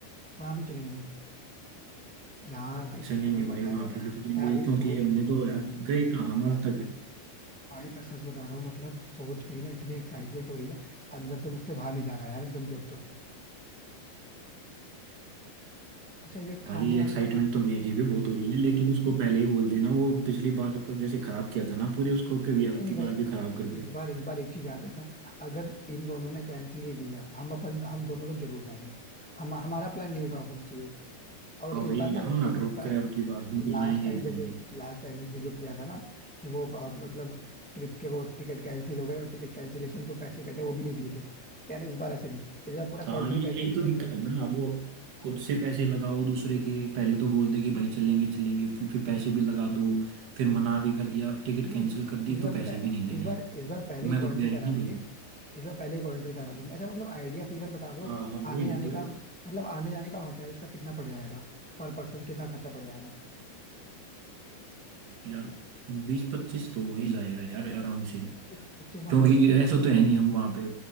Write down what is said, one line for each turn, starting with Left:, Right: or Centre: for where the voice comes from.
Centre: वहाँ भी चलेंगे यार भाई
Right: चलेंगे
Centre: कितना
Right: भाई
Centre: मजा आएगा
Right: वहाँ पे भी चलेंगे
Centre: पता है अभी
Right: क्योंकि
Centre: सोच
Right: हमने तो यार गए कहाँ आज तक
Centre: भाई मैं सच बता रहा हूँ मतलब सोच के ही ना इतनी एक्साइटमेंट हो रही है अंदर से मुझसे रहा नहीं जा रहा है यार एकदम से अब तो अच्छा ये खाने
Right: भाई
Centre: वाने
Right: एक्साइटमेंट
Centre: का
Right: तो मेरी भी बहुत हो रही है लेकिन उसको पहले ही बोल देना वो पिछली बार का जैसे खराब किया था ना पूरी उसको कभी अब
Centre: नहीं नहीं
Right: की
Centre: भाई
Right: बार भी खराब कर
Centre: इस
Right: दे
Centre: बार इस बार एक चीज याद रखना अगर इन दोनों ने कैंसिल भी किया हम अपन हम दोनों लोग जरूर जाएंगे हम हमारा प्लान नहीं ड्रॉप होना चाहिए और
Right: हाँ
Centre: इस
Right: भाई
Centre: बार ना जैसे
Right: हम ना ड्रॉप
Centre: इस बार
Right: करें अब की बार हम तो
Centre: लास्ट
Right: जाएंगे
Centre: टाइम
Right: ही जाएंगे
Centre: जैसे लास्ट टाइम इसने जो किया था ना कि वो अ, मतलब ट्रिप के वो टिकट कैंसिल हो गए और टिकट कैंसिलेशन जो पैसे कटे वो भी नहीं दिए थे यार इस बार ऐसे नहीं इस बार पूरा
Right: हाँ
Centre: कंट्री
Right: ये
Centre: पहले
Right: यही
Centre: ले
Right: तो
Centre: लेंगे
Right: दिक्कत है ना अब वो खुद से पैसे लगाओ दूसरे के पहले तो बोल दे कि भाई चलेंगे चलेंगे फिर फिर पैसे भी लगा दो फिर मना भी कर दिया टिकट
Centre: नहीं
Right: कैंसिल
Centre: नहीं
Right: कर दी
Centre: इस बार
Right: तो
Centre: पता
Right: पैसे
Centre: है
Right: भी नहीं देने
Centre: इस बार इस बार पहले ही
Right: मैं
Centre: कॉन्ट्री
Right: तो गया
Centre: करा
Right: ही नहीं
Centre: लेंगे
Right: भाई
Centre: इस बार पहले ही कॉन्ट्री करा लेंगे अच्छा मतलब आइडिया फिगर बता दो
Right: हाँ हाँ वही
Centre: आने आने
Right: तो
Centre: का मतलब आने जाने का होटल्स का कितना पड़ जाएगा पर पर्सन कितना खर्चा पड़ जाएगा
Right: यार बीस पच्चीस तो हो ही जाएगा यार आराम से
Centre: पच्चीस पच्चीस मान
Right: क्योंकि
Centre: के चलते हैं
Right: ऐसा
Centre: क्योंकि उधर
Right: तो है नहीं
Centre: से
Right: हम वहाँ पे